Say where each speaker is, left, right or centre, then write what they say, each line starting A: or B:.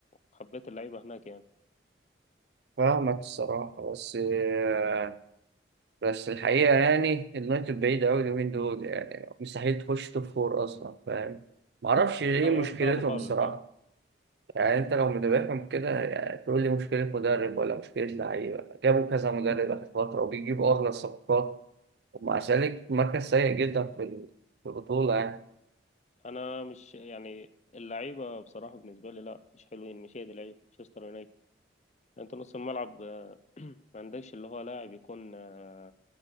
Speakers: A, on the left; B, on the right.
A: وحبيت اللعيبة هناك يعني
B: فاهمك الصراحه بس آه، بس الحقيقه يعني اليونايتد بعيد قوي اليومين دول يعني مستحيل تخش توب فور اصلا فاهم معرفش ايه
A: طبعا
B: مشكلتهم
A: هي صعبة خالص
B: الصراحه
A: اه
B: يعني انت لو متابعهم كده يعني تقول لي مشكلة مدرب ولا مشكلة لعيبة جابوا كذا مدرب آخر فترة وبيجيبوا أغلى الصفقات ومع ذلك مركز سيء جدا في ال- في البطولة يعني
A: أنا مش يعني اللعيبة بصراحة بالنسبة لي لا مش حلوين مش هي دي لعيبة مانشستر يونايتد أنت نص الملعب آه، <clears throat> ما عندكش اللي هو لاعب يكون آه،